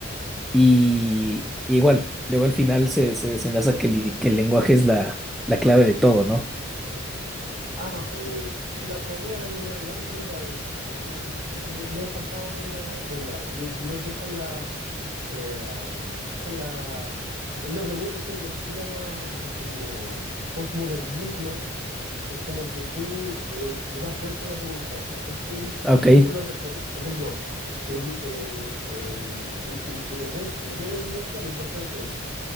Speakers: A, in the centre; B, on the right (about 35°).
A: Y y igual, luego al final se, se desenlaza que, el idi- que el lenguaje es la, la clave de todo, ¿no?
B: ah, eh, sí, la, la voy a ver, me la, la han recomendado. de- Me, me ha faltado verla, verla. Yo creo que esa es la... Eh, am, esa es la, una pregunta, eso es lo que se llama como postmodernismo, que es como que tú eh, le das vuelta a la pregunta. O sea, este, el-
A: Ah, Ok,
B: esto lo, re- porque, por ejemplo, en, di- en, en di- in- independencia, en el Día de la Independencia lo importante es,